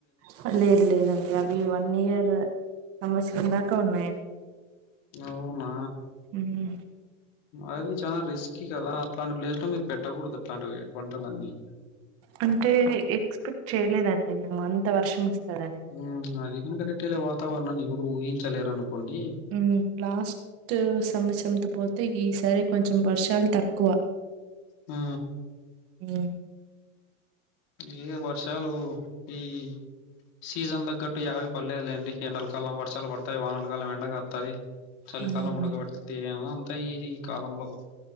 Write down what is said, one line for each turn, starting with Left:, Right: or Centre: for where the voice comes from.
Right: హ లేద్ లేదండి అవి వన్ ఇయర్ సంవస్తం దాకా ఉన్నాయం
Left: అవునా
Right: ఉమ్
Left: అది చాలా రిస్కీ కదా అట్లాంటి ప్లేస్ లో మీర్ పెట్టగూడదు అట్లాంటివి పంటలన్నీ
Right: అంటే ఎక్స్పెక్ట్ చేయలేదండి మేము అంత వర్షం వస్తాదని
Left: ఊమ్ అది గూడ కరెక్టే లే వాతావరణాన్ని ఎవురు ఊహించలేరనుకోండి
Right: ఊ లాస్టు సంవచ్చరం పోల్తే ఈ సారి కొంచెం వర్షాలు తక్కువ
Left: ఆ
Right: ఊ
Left: ఇఏ వర్షాలు ఈ సీజన్ దగ్గట్టు యావి పల్లెదు లేండి ఎండల్ కలం వర్సాలు బడుతాయ్ వాండ్లకాలం ఎండ గాత్తది చలికాలం
Right: హ్మ్
Left: ఉడకబెడుతుందెమో అంతా ఈ ఈ కాలంలో